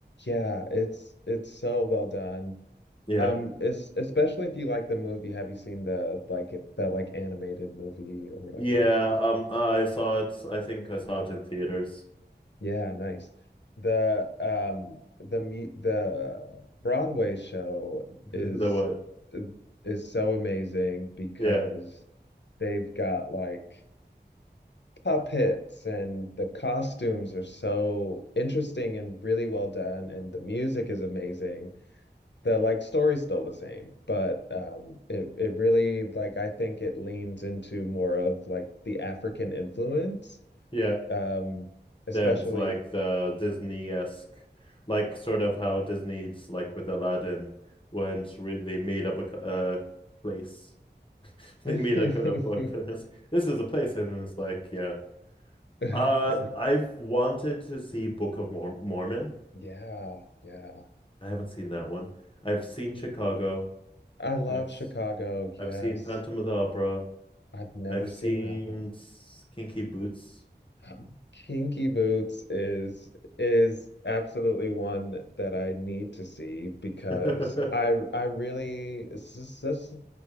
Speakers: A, on the left (about 75°); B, on the left (about 30°).
A: yeah, it's it's so well done.
B: Yeah.
A: Um, it's especially if you like the movie. Have you seen the like the like animated movie or whatever?
B: Yeah. Um, I saw it. I think I saw it in theaters.
A: Yeah, nice. The um the me the Broadway show
B: <laughs>
A: is
B: The what?
A: is so amazing because
B: Yeah.
A: they've got like puppets and the costumes are so interesting and really well done and the music is amazing. The like story's still the same, but um it it really like I think it leans into more of like the African influence.
B: Yeah.
A: Um especially
B: Then it's like the Disney-esque, like sort of how Disney's like with Aladdin, when it's re- they made up a c- uh, place. <laughs> They
A: <laughs>
B: made like a book, and it's like, this is a place, and it's like, yeah.
A: <laughs>
B: Uh, I've wanted to see Book of Mor Mormon.
A: Yeah, yeah.
B: I haven't seen that one. I've seen Chicago.
A: I love
B: I've s-
A: Chicago.
B: I've
A: Yes.
B: seen Phantom of the Opera.
A: I've never
B: I've
A: seen
B: seen
A: that one.
B: s- Kinky Boots.
A: <gasps> Kinky Boots is is absolutely one that I need to see because
B: <laughs>
A: I I really s- s- s-